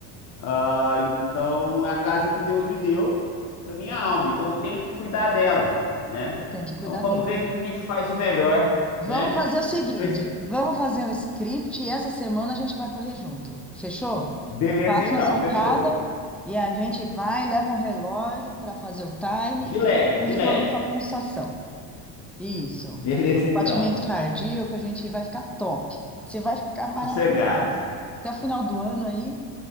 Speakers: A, on the left; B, in the centre.
A: Ah, então é a casa que Deus me deu para minha alma, então eu tenho que cuidar dela, né?
B: você tem que cuidar
A: Então vamos
B: dela.
A: ver o que que a gente faz o melhor,
B: Vamos
A: né?
B: fazer o seguinte,
A: Mas
B: vamos fazer um script e essa semana a gente vai correr junto. Fechou?
A: beleza
B: Eu passo
A: então,
B: na sua
A: fechou.
B: casa e a gente vai, leva um relógio para fazer o time
A: De leve,
B: e
A: de
B: mesmo
A: leve.
B: a nossa pulsação. Isso.
A: Beleza então.
B: Batimento cardíaco, a gente vai ficar top. Você vai ficar maravilhoso.
A: Sossegado.
B: Até o final do ano aí,